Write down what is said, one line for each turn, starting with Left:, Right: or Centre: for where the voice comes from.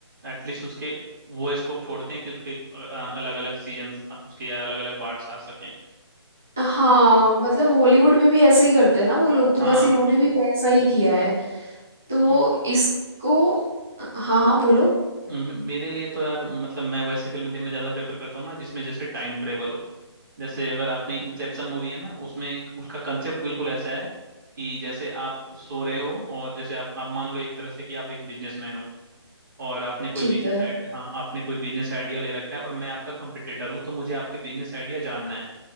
Right: एटलीस्ट उसके वो स्कोप छोड़ते हैं कि उसके अलग अलग सीजन्स उसके अलग अलग पार्ट्स आ सकें
Centre: हाँ मतलब हॉलीवुड में भी ऐसे ही करते हैं ना वो लोग तो
Right: हाँ
Centre: बस इन्होंने भी वैसा ही किया है तो
Right: म-
Centre: इसको हाँ हाँ बोलो
Right: म- मेरे लिए तो यार मतलब मैं वैसी फिल्में देखना ज्यादा प्रेफर करता हूँ ना जिसमें जैसे टाइम ट्रेवल हो जैसे अगर आपने इंसेप्शन मूवी है ना उसमें एक- उसका कंसेप्ट बिल्कुल ऐसा है कि जैसे आप सो रहे हो और जैसे आप आप मान लो एक तरह से कि आप एक बिजनेसमैन हो और आपने कोई
Centre: ठीक
Right: बिजनेस
Centre: है
Right: आइडिया हाँ आपने कोई बिजनेस आइडिया ले रखा है और मैं आपका कंपटीटर हूँ तो मुझे आपके बिजनेस आइडिया जानना है